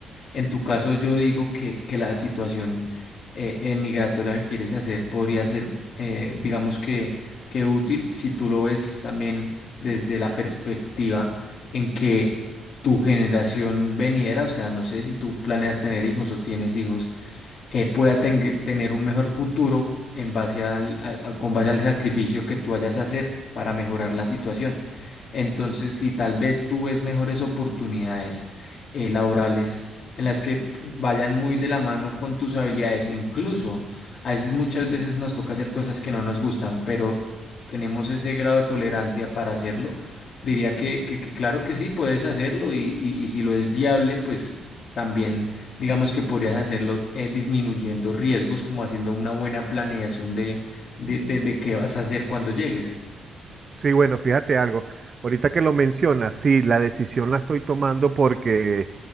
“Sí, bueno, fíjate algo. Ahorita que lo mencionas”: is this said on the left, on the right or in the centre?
Right